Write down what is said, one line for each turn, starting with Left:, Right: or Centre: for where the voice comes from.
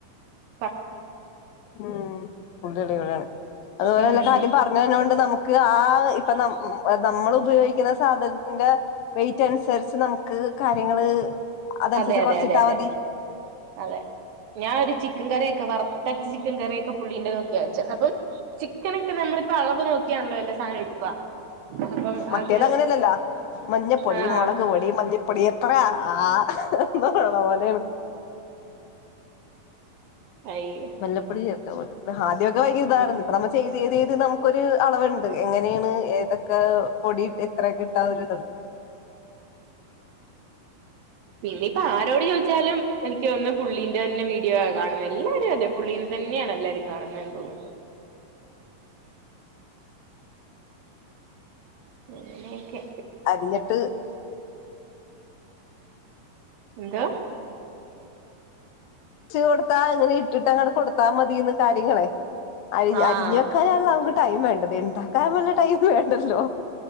Right: പ
Left: ഉം പുള്ളിവിടേണ് അതുപോലെ
Right: ഉം
Left: എല്ല കാര്യം പറഞ്ഞെര്ണോണ്ട് നമുക്ക് ക്ക് ആ ഇപ്പ നമ്മൾ ഉപയോഗിക്കുന്ന സാധനത്തിന്റെ വെയ്റ്റ് അനുസരിച്ച് നമുക്ക് കാര്യങ്ങള് അതനുസരിച്ച്
Right: അതെ അതെ
Left: കൊറച്ചിട്ടാ
Right: അതെ അതെ
Left: മതി
Right: അതെ ഞാൻ ഒരു ചിക്കൻ കറിയൊക്കെ വറുത്തടച്ച ചിക്കൻ കറിയൊക്കെ പുള്ളിണ്ട നോക്കിയച്ച അപ്പൊ ചിക്കനൊക്കെ നമ്മളിപ്പോൊ അളവ് നോക്കിയാണല്ലോ എല്ലാ സാധനം എടുക്കുക അപ്പം
Left: മട്ടേത്
Right: അത്
Left: അങ്ങനെയല്ലല്ലാ മഞ്ഞപ്പൊടി
Right: ആഹ്
Left: മുളക് പൊടി മല്ലഞ്ഞപ്പൊടി എത്ര ആ ന്തറണ വോണ്
Right: അയ്യേ
Left: മല്ലപ്പൊടി ചല്ലല്ല ഹാദ്യമൊക്കെ വൈകി ഇതായി
Right: ഉം
Left: ഇപ്പ നമ്മ ചെയ്ത്്ത്ഴ്തി നമുൊരു അളവുണ്ട് എങ്ങനെയാണ് ഏതൊക്കെ പൊടി എത്ര കിട്ടാൊ ഒരുതുണ്ട്
Right: പിന്നെപ്പ ആരോട് ചോദിച്ചു വാലും എനിക്ക് ഒന്ന് പുള്ളീന്റെ തന്നെ വീഡിയോ ആ കാണുന്ന എല്ലാവാരും അതെ പുള്ളീെ തന്നെയാണ് എല്ലാവരും കാണുന്നത്തുന്നത് ല്ലേ
Left: അ
Right: അങ്ങനെ ഓക്കെ
Left: അരിഞ്ഞിട്ട്
Right: എന്താ
Left: പച്ച് കൊടുത്താ അങ്ങനെ ഇട്ടിട്ട് അങ്ങട്ട കൊടുത്താ മതിയന്ന് കാര്യങ്ങളെ അരി
Right: ആഹ്
Left: അരിഞ്ഞ വക്കാനാണ് നമുക്ക് ടൈം വേണ്ടത് ഉണ്ടാക്കാൻ പോല ടൈം വേണ്ട ഉണ്ടല്ലോ